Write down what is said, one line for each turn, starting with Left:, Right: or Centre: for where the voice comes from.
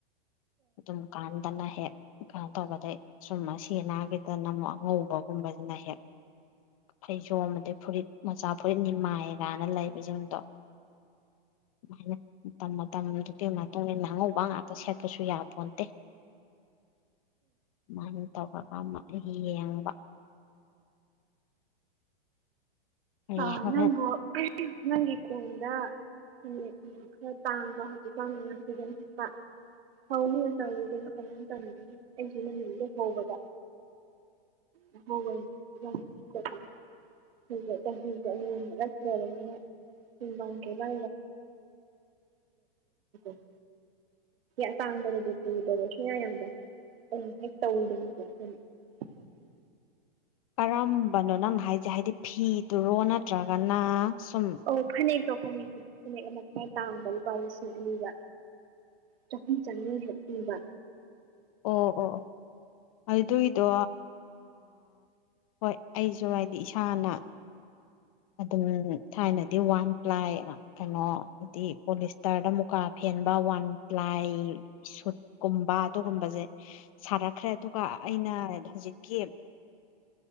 Left: ꯑꯗꯨꯝ ꯀꯟ ꯅ ꯍꯦꯛ ꯀꯟ ꯇꯧꯕ ꯑꯗꯩ ꯁꯨꯝ ꯑꯁꯤ ꯑꯅꯥꯒꯤꯗꯅ ꯑꯃꯨꯛ ꯑꯉꯧꯕꯒꯨꯝꯕꯁꯤꯅ ꯍꯦꯛ ꯐꯩꯖꯣꯝ ꯑꯗꯩ ꯐꯨꯔꯤꯠ ꯃꯆꯥ ꯐꯨꯔꯤꯠ ꯅꯤꯃꯥꯏ ꯀꯅ ꯂꯩꯕꯁꯤꯡꯗꯣ ꯑꯗꯨꯃꯥꯏꯅ ꯃꯇꯝ ꯃꯇꯝꯗꯨꯒꯤ ꯃꯇꯨꯡ ꯃꯇꯨꯡꯏꯟꯅ ꯑꯉꯧꯕ ꯉꯥꯛꯇ ꯁꯦꯠꯄꯁꯨ ꯌꯥꯄꯣꯟꯇꯦ ꯑꯗꯨꯃꯥꯏ ꯑꯗꯨꯝ ꯇꯧꯕ ꯄꯥꯝꯕ ꯌꯦꯡꯕ
Right: ꯑ
Left: ꯌꯦꯡꯉꯒ
Right: ꯅꯪꯕꯨ ꯅꯪꯒꯤ ꯀꯣꯟꯗ ꯅꯨꯃꯤꯠ ꯈꯔ ꯇꯥꯡꯕ ꯍꯧꯖꯤꯛꯀꯥꯟ ꯃ ꯐꯤꯗꯝ ꯍꯠꯄ ꯍꯧꯅꯤꯅ ꯇꯧꯔꯤꯗꯅ ꯀꯃꯥꯏꯅ ꯇꯧꯔꯤꯅ ꯑꯩꯁꯨ ꯅꯨꯃꯤꯗ ꯍꯧꯕꯗꯧꯕ ꯅꯨꯃꯤ ꯆꯍꯤꯁ ꯑ ꯅꯠꯇ꯭ꯔꯡ ꯀꯦꯂ <inaudible> ꯑꯇꯥꯡꯕꯕꯨꯗꯤ ꯄꯨꯗꯕ ꯁꯨꯡꯌꯥ ꯌꯥꯗꯕ ꯑꯗꯨꯅ ꯍꯦꯛ ꯇꯧꯗꯅꯤꯀꯣ ꯑꯗꯨꯅ <unintelligible>
Left: ꯀꯔꯝꯕꯅꯣ ꯅꯪꯅ ꯍꯥꯏꯁꯦ ꯍꯥꯏꯗꯤ ꯐꯤꯗꯨꯔꯣ ꯅꯠꯇ꯭ꯔꯒꯅ ꯁꯨꯝ
Right: ꯑꯣ ꯐꯅꯦꯛ ꯇꯣ ꯐꯅꯦꯛ ꯑꯃ ꯈꯔ ꯇꯥꯡꯕ ꯂꯨꯄꯥ ꯂꯤꯁꯤꯡ ꯑꯅꯤꯒ ꯆꯍꯨꯝ ꯆꯅꯤ ꯍꯦꯛ ꯄꯤꯕ
Left: ꯑꯣ ꯑꯣ ꯑꯗꯨꯒꯤꯗꯣ ꯍꯣꯏ ꯑꯩꯁꯨ ꯍꯥꯏꯗꯤ ꯏꯁꯥꯅ ꯑꯗꯨꯝ ꯊꯥꯏꯅꯗꯤ ꯋꯥꯟ ꯄ꯭ꯂꯥꯏ ꯀꯩꯅꯣ ꯍꯥꯏꯗꯤ ꯄꯣꯂꯤꯁꯇꯔꯗ ꯃꯨꯀꯥ ꯐꯦꯟꯕ ꯋꯥꯟ ꯄ꯭ꯂꯥꯏ ꯁꯨꯠꯀꯨꯝꯕ ꯑꯗꯨꯒꯨꯝꯕꯁꯦ ꯁꯥꯔꯛꯈ꯭ꯔꯦ ꯑꯗꯨꯒ ꯑꯩꯅ ꯍꯧꯖꯤꯛꯀꯤ